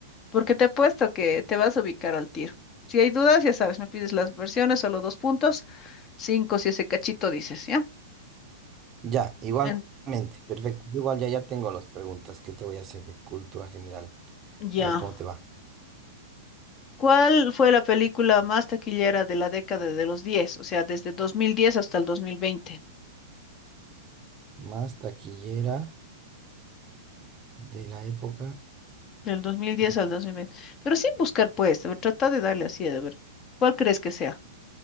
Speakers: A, on the left; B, on the right.
A: Porque te apuesto que te vas a ubicar al tiro. Si hay dudas, ya sabes, me pides las versiones, solo dos puntos. Cinco si ese cachito dices, ¿ya?
B: Ya, igualmente,
A: En-
B: perfecto. Yo Igual ya, ya tengo las preguntas que te voy a hacer de cultura general.
A: ya.
B: A ver cómo te va.
A: ¿Cuál fue la película más taquillera de la década de los diez, O sea, desde 2010 hasta el 2020.
B: Más taquillera de la época
A: Del 2010
B: de...
A: al 2020. Pero sin buscar, pues, a ver, trata de darle así, a ver, ¿cuál crees que sea?